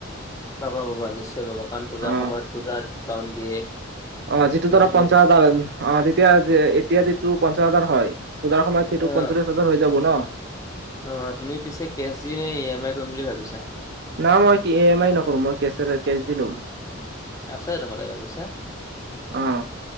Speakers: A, on the left; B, on the right.
A: পাবা -পাবা নিশ্চয় পাবা কাৰণ পূজাৰ
B: অ
A: সময়ত পূজাৰ চাউণ্ড দিয়ে
B: অ, যিটো
A: তাৰপিছত
B: ধৰা
A: তুমি
B: পঞ্চাচ
A: যে
B: হাজাৰ অ, তেতিয়া এতিয়া যিটো পঞ্চাচ হাজাৰ হয় পূজাৰ সময়ত সেটো
A: অ',
B: পঞ্চল্লিশ হাজাৰ হৈ যাব ন?
A: অ, তুমি পিছে কেছ দি নে ই এম আই কৰিম বুলি ভাবিছা?
B: না মই ই এম আই নকৰো মই কেচেৰে কেচ দি ল'ম।
A: আছে তোমাৰ তাকে পইচা
B: অ